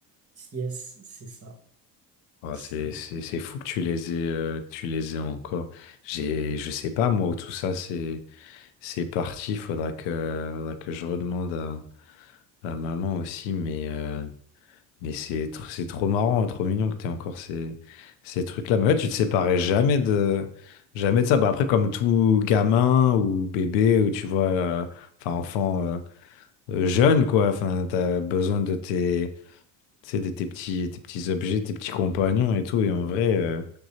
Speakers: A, on the right; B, on the left.
A: Yes, c'est ça.
B: Ah,
A: C'est,
B: c'est, c'est, c'est fou que tu les aies, euh, que tu les aies encore. J'ai, je sais pas, moi, où tout ça, c'est, c'est parti. Faudra que, faudra que je redemande à, à maman aussi. Mais, euh, mais c'est, tr- c'est trop marrant et trop mignon que tu aies encore ces, ces trucs-là. Mais ouais, tu te séparais jamais de, jamais de ça. Bah, après, comme tout gamin ou bébé, ou tu vois, euh, enfin, enfant, euh, euh, jeune, quoi. Enfin, t'as besoin de tes, tu sais, de tes petits, tes petits objets, tes petits compagnons et tout. Et en vrai, euh,